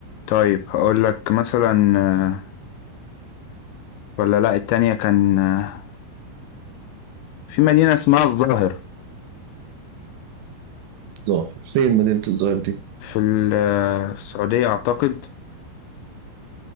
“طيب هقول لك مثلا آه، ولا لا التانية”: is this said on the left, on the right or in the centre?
Left